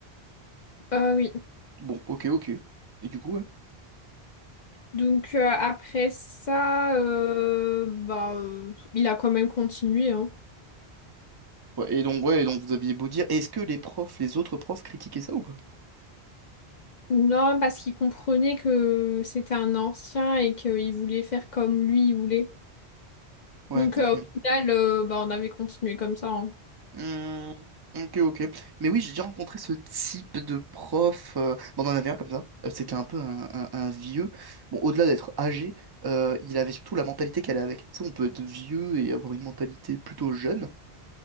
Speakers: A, on the left (about 55°); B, on the right (about 35°).
A: Euh, oui.
B: Bon, ok, ok. Et du coup, ouais.
A: Donc euh, après ça, euh, bah, euh, il a quand même continué, hein.
B: Ouais, et donc, ouais, et donc vous aviez beau dire, est-ce que les profs, les autres profs critiquaient ça ou pas?
A: Non, parce qu'il comprenait que c'était un ancien et qu'il voulait faire comme lui il voulait.
B: Ouais,
A: Donc
B: ok.
A: euh, au final, euh, bah, on avait continué comme ça. hein.
B: Hmm, ok, ok. Mais oui, j'ai déjà rencontré ce type de prof. euh, Bon, on en avait un comme ça. Euh, C'était un peu un, un- un vieux. Bon, au-delà d'être âgé, euh, il avait surtout la mentalité qu'elle allait avec. Tu sais, on peut être vieux et avoir une mentalité plutôt jeune,